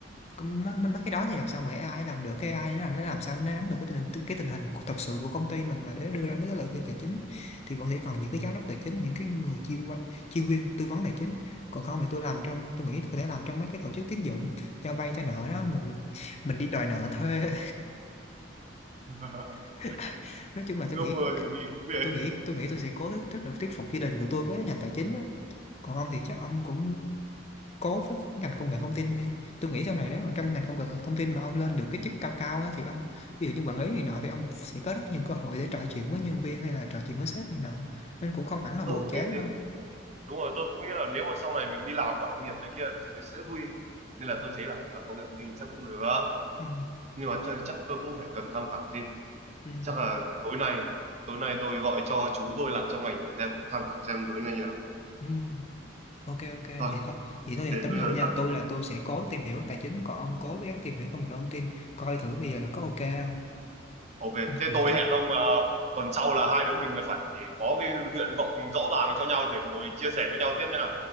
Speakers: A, on the left; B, on the right.
A: Còn Mấy, mấy mấy cái đó thì làm sao mà AI làm được cái AI nó nó làm sao nó nắm được cái tình hình cái tình hình của- thật sự của công ty mình mà để đưa ra mấy cái lời khuyên tài chính thì vẫn sẽ còn những cái giám đốc tài chính những cái người chuyên qua- chuyên viên tư vấn tài chính còn không thì tôi làm trong tôi nghĩ tôi có thể làm trong mấy cái tổ chức tín dụng cho vay cho nợ đó mình mình đi đòi nợ thuê
B: <laughs>
A: <laughs> nói chung là tôi
B: ước
A: nghĩ
B: mơ thì kỳ cũng vậy
A: tôi nghĩ tôi nghĩ tôi sẽ cố thuyết thuyết được thuyết phục gia đình của tôi với ngành tài chính á. còn ông thì chắc ông cũng cố với ngành công nghệ thông tin đi tôi nghĩ sau này nếu mà trong ngành công nghệ thông tin mà ông lên được cái chức cao cao á, thì ông ví dụ như quản lý này nọ thì ông sẽ có rất nhiều cơ hội để trò chuyện với nhân viên hay là trò chuyện với sếp này nọ nên cũng không hẳn là
B: tôi
A: buồn
B: cũng
A: chán
B: nghĩ
A: đâu
B: thế đúng rồi tôi cũng nghĩ là nếu mà sau này mình đi làm có đồng nghiệp này kia thì sẽ vui nên là tôi thấy là làm công nghệ thông tin chắc cũng được
A: ừ,
B: nhưng mà chắc, chắc tôi cũng phải cần tham khảo thêm
A: ừ,
B: chắc là tối nay tối nay tôi gọi cho chú tôi làm trong ngành để xem tham khảo xem tối nay như nào
A: ừ. ok ok vậy
B: thôi
A: thôi vậy thôi
B: thế
A: thì tóm
B: bây
A: lại
B: giờ
A: nha tôi là tôi sẽ cố tìm hiểu tài chính còn ông cố gắng tìm hiểu công nghệ thông tin coi thử bây giờ là có ok không
B: Ok,
A: rồi,
B: thế
A: rồi
B: tôi
A: chốt
B: hẹn ông ờ, tuần sau là hai đứa mình là phải có cái nguyện vọng rõ ràng cho nhau để ngồi chia sẻ với nhau tiếp nha.